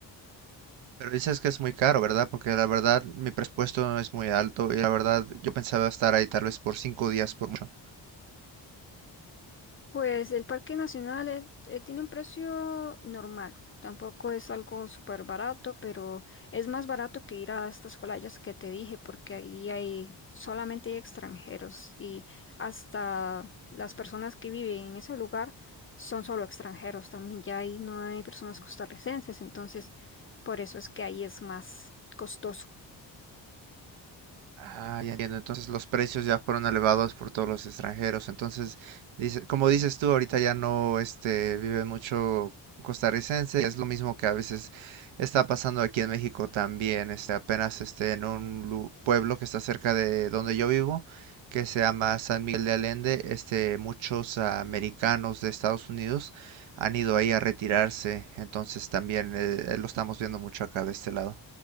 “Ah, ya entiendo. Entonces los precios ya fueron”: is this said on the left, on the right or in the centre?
Right